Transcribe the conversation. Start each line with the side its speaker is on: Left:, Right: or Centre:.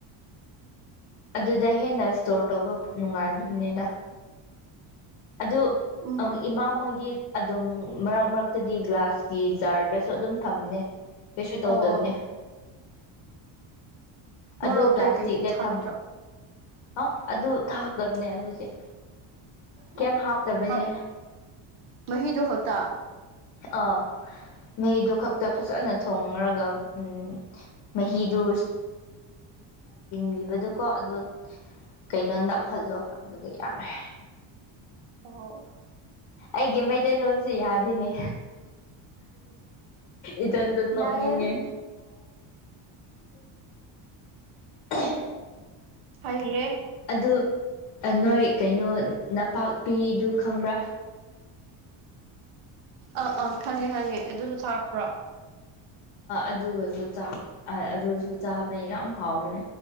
Left: ꯑꯗꯨꯗ ꯍꯦꯟꯅ ꯏꯁ꯭ꯇꯣꯔ ꯇꯧꯕ ꯅꯨꯡꯉꯥꯏꯕꯗꯨꯅꯤꯗ ꯑꯗꯨ
Right: ꯎꯝ
Left: ꯑꯪ ꯏꯃꯥ ꯍꯣꯏꯗꯤ ꯑꯗꯨꯝ ꯃꯔꯛ ꯃꯔꯛꯇꯗꯤ ꯒ꯭ꯂꯥꯁꯀꯤ ꯖꯥꯔꯗꯁꯨ ꯑꯗꯨꯝ ꯊꯝꯅꯦ ꯀꯩꯁꯨ ꯇꯧꯗꯕꯅꯦ
Right: ꯑꯣ ꯑꯣ
Left: ꯑꯗꯨ
Right: ꯃꯣꯔꯣꯛ
Left: ꯄ꯭ꯂꯥꯁꯇꯤꯛꯇ
Right: ꯀꯩꯀꯩꯗꯤ ꯊꯥꯛꯇ꯭ꯔꯣ
Left: ꯊꯝ ꯑ ꯑꯗꯨ ꯊꯥꯛꯇꯕꯅꯦ ꯑꯗꯨꯗꯤ ꯀꯩꯝ
Right: ꯑꯣ
Left: ꯍꯥꯞꯇꯕꯅꯦ
Right: ꯍ ꯃꯍꯤꯗ ꯍꯇꯥ
Left: ꯑꯥ ꯃꯩꯗꯨ ꯈꯛꯇ ꯐꯖꯅ ꯊꯣꯉꯔꯒ ꯎ ꯃꯍꯤꯗꯨ
Right: ꯎꯝ
Left: ꯂꯤꯡꯕꯗꯨꯀꯣ ꯑꯗꯣ ꯀꯩꯅꯣ ꯅꯞꯍꯜꯂꯣ ꯑꯗꯨꯒ ꯌꯥꯔꯦ
Right: ꯑꯣ
Left: ꯑꯩꯒꯤ ꯃꯩꯇꯩꯂꯣꯟꯁꯦ ꯌꯥꯗꯤꯅꯦ ꯏꯆꯟꯗꯝ
Right: ꯌꯥꯏꯌꯦ
Left: ꯅꯣꯛꯅꯤꯡꯉꯦ ꯎ
Right: ꯍꯌꯦꯌꯦ
Left: ꯑꯗꯨ ꯅꯣꯏ ꯀꯩꯅꯣ ꯅꯄꯥꯛꯄꯤꯗꯨ ꯈꯪꯕ꯭ꯔꯥ
Right: ꯑꯥ ꯑꯥ ꯈꯪꯉꯦ ꯈꯪꯉꯦ ꯑꯗꯨꯁꯨ ꯊꯥꯛꯄ꯭ꯔꯣ
Left: ꯑꯗꯨꯒꯁꯨ ꯆꯥꯛ ꯑꯗꯨꯁꯨ ꯆꯥꯕꯅꯦ ꯌꯥꯝ ꯍꯥꯎꯕꯅꯦ